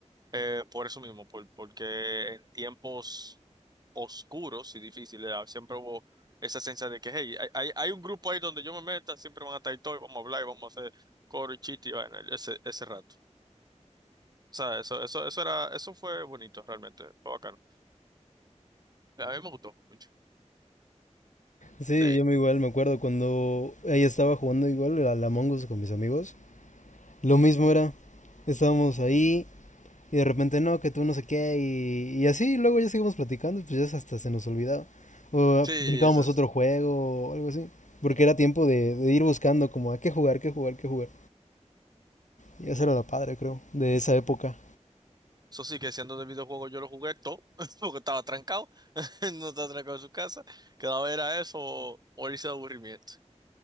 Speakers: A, on the right; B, on the left.
A: eh, por eso mismo, por- porque en tiempos oscuros y difíciles ah, siempre hubo esa sensación de que, hey, hay, hay, hay un grupo ahí donde yo me meta, siempre van a estar ahí todos, y vamos a hablar y vamos a hacer coro y chiste y vaina, ese, ese rato. O sea, eso, eso, eso era, eso fue bonito realmente, fue bacano. A mí me gustó mucho.
B: Sí,
A: Sí.
B: yo me igual me acuerdo cuando ella estaba jugando igual a la Among Us con mis amigos. Lo mismo era, estábamos ahí Y de repente, no, que tú no sé qué, y, y así, y luego ya seguimos platicando, pues ya hasta se nos olvidaba. O
A: Sí,
B: brincábamos
A: es eso.
B: otro juego o algo así. Porque
A: Ujú.
B: era tiempo de, de ir buscando como a qué jugar, qué jugar, qué jugar. Y esa era la padre, creo, de esa época.
A: Eso sí, que siendo de videojuego yo lo jugué todo, <laughs> porque estaba trancado, <laughs> no estaba trancado en su casa, quedaba era eso o, o irse de aburrimiento.